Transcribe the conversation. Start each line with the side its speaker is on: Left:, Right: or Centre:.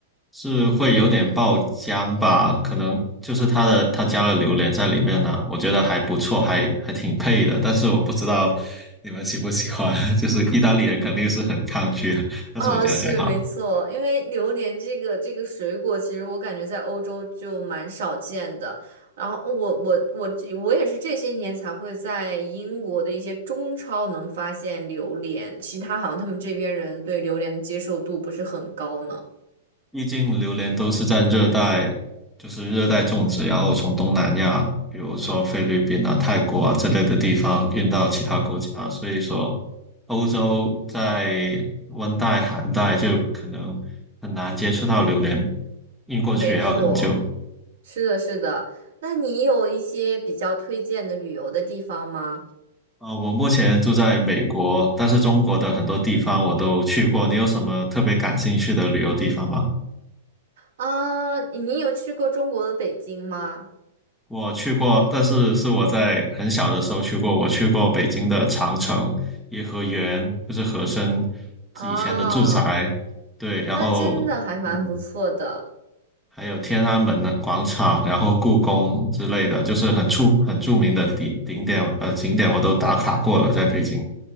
Centre: 是会有点爆浆吧，可能就是它的它加了榴莲在里面呢、我觉得还不错，还还挺配的。但是我不知道你们喜不喜欢，<laughs> 就是意大利人肯定是很抗拒，但是我觉得还好，
Right: 哦，是没错，因为榴莲这个这个水果，其实我感觉在欧洲就蛮少见的。然后我我我我也是这些年才会在英国的一些中超能发现榴莲，其他好像他们这边人对榴莲的接受度不是很高呢。
Centre: 毕竟榴莲都是在热带，就是热带种植，然后从东南亚，比如说菲律宾啊、泰国啊之类的地方运到其他国家，所以说欧洲在温带、寒带就可能很难接触到榴莲，运过去也要很久。
Right: 没错。是的，是的。那你有一些比较推荐的旅游的地方吗？
Centre: 呃，我目前住在美国，但是中国的很多地方我都去过。你有什么特别感兴趣的旅游地方吗？
Right: 啊，你有去过中国的北京吗？
Centre: 我去过，但是是我在很小的时候去过。我去过北京的长城、颐和园，就是和珅
Right: 哦，
Centre: 以前的住宅。对，然后
Right: 那真的还蛮不错的。
Centre: 嗯，还有天安门的广场，然后故宫之类的，就是很出很著名的景景点，呃，景点我都打卡过了，在北京。